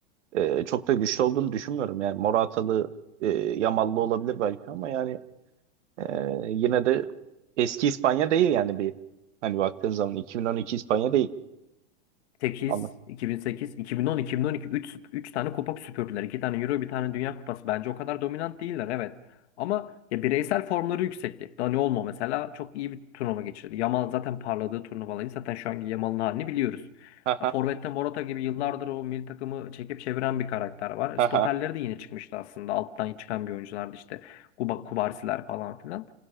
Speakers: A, on the right; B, on the left.
A: e, çok da güçlü olduğunu düşünmüyorum. Yani Moratalı, e, Yamallı olabilir belki ama yani e, yine de eski İspanya değil yani bir hani baktığın zaman 2012 İspanya değil.
B: 8,
A: Anla.
B: 2008, 2010, 2012 üç üç tane kupa süpürdüler. iki tane Euro, bir tane Dünya Kupası. Bence o kadar dominant değiller evet. Ama ya bireysel formları yüksekti. Dani Olmo mesela çok iyi bir turnuva geçirdi. Yamal zaten parladığı turnuvaları zaten şu anki Yamal'ın halini biliyoruz.
A: Haha.
B: Ya Forvet'te Morata gibi yıllardır o milli takımı çekip çeviren bir karakter var. E,
A: Haha.
B: Stoperleri de yine çıkmıştı aslında. Alttan çıkan bir oyunculardı işte. Kuba, Kubarsiler falan filan.